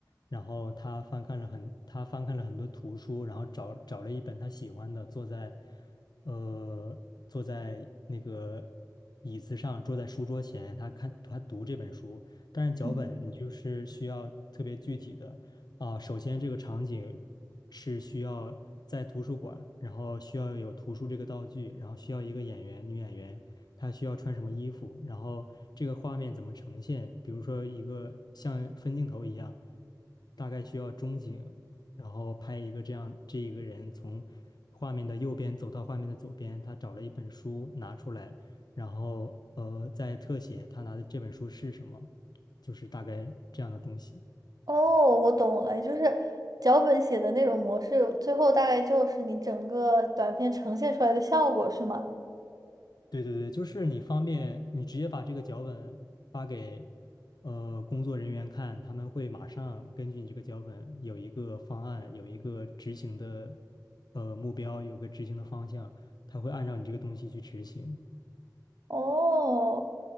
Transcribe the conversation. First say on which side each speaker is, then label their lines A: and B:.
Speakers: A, on the left; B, on the right.
A: 然后她翻看了很，她翻看了很多图书，然后找找了一本她喜欢的，坐在，呃，坐在那个椅子上，坐在书桌前，她看她读这本书，但是脚本你就是需要特别具体的。
B: 嗯
A: 啊，首先这个场景是需要在图书馆，然后需要有图书这个道具，然后需要一个演员，女演员，她需要穿什么衣服，然后这个画面怎么呈现，比如说一个像分镜头一样，大概需要中景，然后拍一个这样，这一个人从画面的右边走到画面的左边，他找了一本书拿出来，然后呃，在特写他拿的这本书是什么，就是大概这样的东西。
B: 哦，我懂了，也就是脚本写的那种模式，最后大概就是你整个短片呈现出来的效果，是吗？
A: 对对对，就是你方便，你直接把这个脚本发给呃工作人员看，他们会马上根据你这个脚本有一个方案，有一个执行的呃目标，有个执行的方向，他会按照你这个东西去执行。
B: 哦，